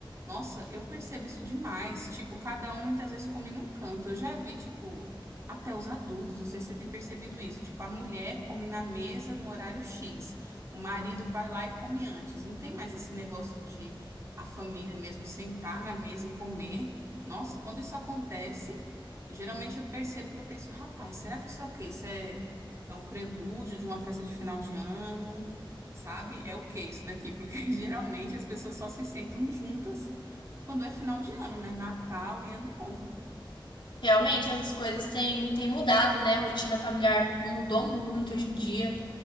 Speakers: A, on the right; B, on the left.
A: nossa, eu percebo isso demais. Tipo, cada um muitas vezes come num canto. Eu já vi, tipo, até os adultos, não sei se você tem percebido isso. Tipo, a mulher come na mesa no horário X, o marido vai lá e come antes. Não tem mais esse negócio de a família mesmo sentar na mesa e comer. Nossa, quando isso acontece. Geralmente eu percebo que eu penso, rapaz, será que isso é o quê? Isso é, é um prelúdio de uma festa de final de ano, sabe? É o quê isso daqui? Porque <laughs> geralmente as pessoas só se sentam juntas quando é final de ano, né? Natal e Ano Novo.
B: Realmente, essas coisas têm, têm mudado, né? A rotina familiar mudou muito hoje em dia.